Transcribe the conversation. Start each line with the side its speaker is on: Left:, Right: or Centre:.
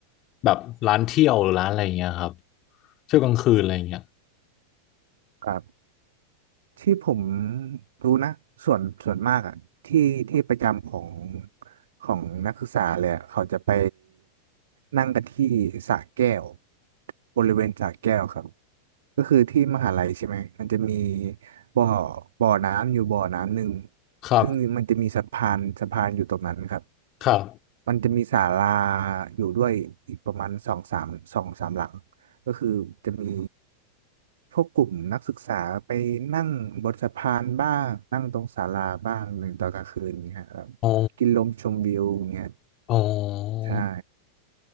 Left: แบบร้านเที่ยวหรือร้านอะไรอย่างเงี้ยครับเที่ยวกลางคืนอะไรอย่างเงี้ย
Right: ครับที่ผมรู้นะส่วนส่วนมากอ่ะที่ที่ประจำของของนักศึกษาเลยอะเขาจะไปนั่งกันที่สระแก้วบริเวณสระแก้วครับก็คือที่มหาลัยใช่ไหมมันจะมีบ่อบ่อน้ำอยู่บ่อน้ำหนึ่ง
Left: ครับ
Right: ซึ่งมันจะมีสะพานสะพานอยู่ตรงนั้นครับ
Left: ครับ
Right: มันจะมีศาลาอยู่ด้วยอีกประมาณสองสามสองสามหลังก็คือจะมีพวกกลุ่มนักศึกษาไปนั่งบนสะพานบ้างนั่งตรงศาลาบ้างหนึ่งตอนกลางคืนเงี้ยครับกินลมชมวิวเงี้ย
Left: อ๋ออ๋อ
Right: ใช่